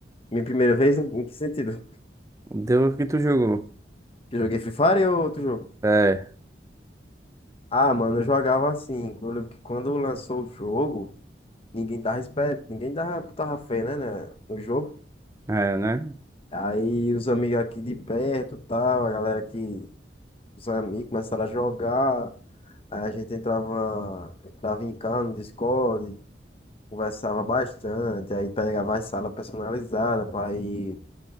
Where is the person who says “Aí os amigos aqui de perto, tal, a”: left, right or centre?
Left